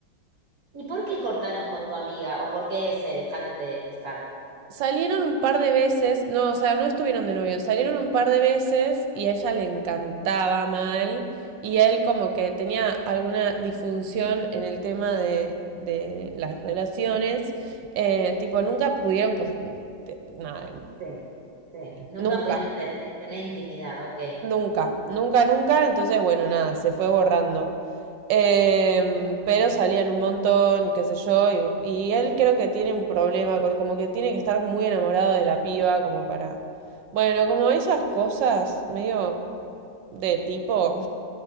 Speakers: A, on the right (about 60°); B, on the right (about 80°).
A: ¿Y por qué cortaron con tu amiga? ¿O por qué se dejaron de, de estar?
B: Salieron un par de veces, no, o sea, no estuvieron de novios, salieron un par de veces y a ella le encantaba mal y él como que tenía alguna disfunción en el tema de, de las relaciones, eh, tipo, nunca pudieron co- nada,
A: Sí, sí. Sí, nunca
B: nunca,
A: pudieron de- de tener intimidad, ok.
B: nunca, nunca, nunca, entonces bueno, nada, se fue borrando. Em, pero salían un montón, qué sé yo, y, y él creo que tiene un problema, como que tiene que estar muy enamorado de la piba, como para... Bueno, como esas cosas medio de tipo,